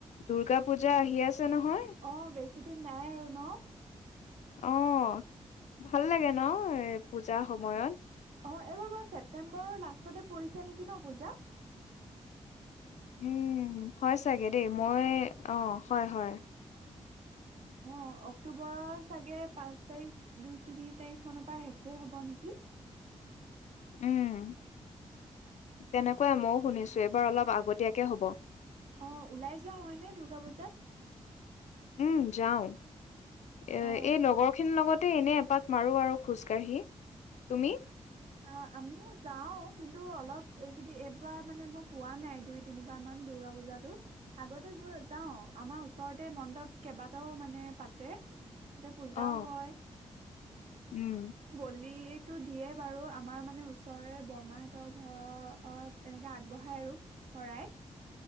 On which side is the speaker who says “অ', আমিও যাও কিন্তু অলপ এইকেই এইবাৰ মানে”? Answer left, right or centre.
Right